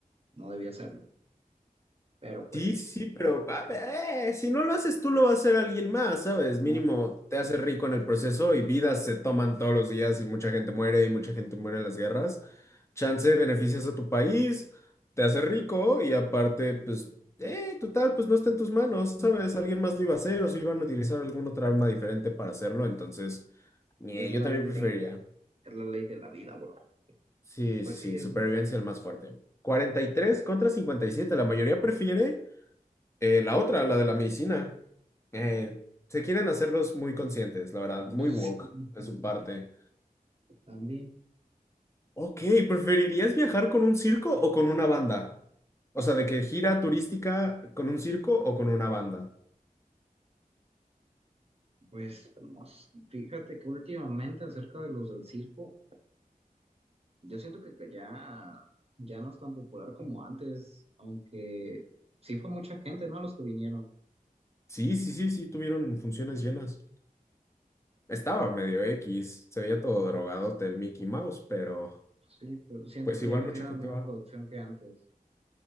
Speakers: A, on the right; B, on the left.
A: no debía hacerlo. Pero pues,
B: Sí, sí, pero a ver, eh, si no lo haces tú, lo va a hacer alguien más, ¿sabes? Mínimo
A: ajá,
B: te hace rico en el proceso y vidas se toman todos los días y mucha gente muere y mucha gente muere en las guerras. Chance, beneficias a tu país, te hace rico y aparte, pues, eh, total, pues no está en tus manos, ¿sabes? Alguien más lo iba a hacer o si iban a utilizar alguna otra arma diferente para hacerlo, entonces, ñe,
A: es
B: yo
A: la
B: también
A: ley,
B: preferiría.
A: es la ley de la vida, bro.
B: Sí,
A: Pues
B: sí, sí,
A: sí, eso.
B: supervivencia el más fuerte. 43 contra 57. la mayoría prefiere. Eh, la otra, la de la medicina. Eh, se quieren hacerlos muy conscientes, la verdad, muy
A: Pues
B: woke
A: sí, <laughs>
B: de su parte.
A: también.
B: Ok, ¿preferirías viajar con un circo o con una banda? O sea, de que gira turística con un circo o con una banda.
A: Pues no sé. fíjate que últimamente acerca de los del circo, yo siento que ya, ya no es tan popular como antes, aunque sí fue mucha gente, ¿no? Los que vinieron.
B: Sí, sí, sí, sí, tuvieron funciones llenas. Estaba medio X, se veía todo drogado el Mickey Mouse, pero
A: Sí, pero siento
B: pues
A: que
B: igual
A: ya no
B: mucha
A: tiene
B: gente
A: la misma
B: va.
A: producción que antes.